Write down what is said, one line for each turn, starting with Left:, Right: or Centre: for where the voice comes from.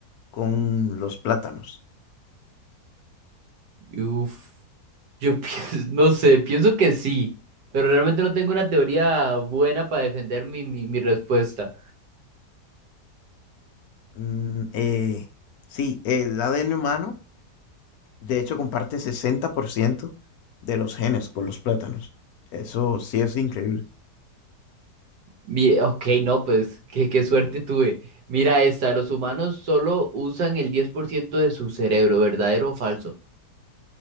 Left: con los plátanos.
Right: Uf, yo pienso, <laughs> no sé, pienso que sí, pero realmente no tengo una teoría buena para defender mi, mi, mi respuesta.
Left: Mm, eh, sí, el ADN humano, de hecho, comparte 60% de los genes con los plátanos. Eso sí es increíble.
Right: Mi- ok, no, pues qué, qué suerte tuve. Mira esta, los humanos solo usan el 10% de su cerebro, ¿verdadero o falso?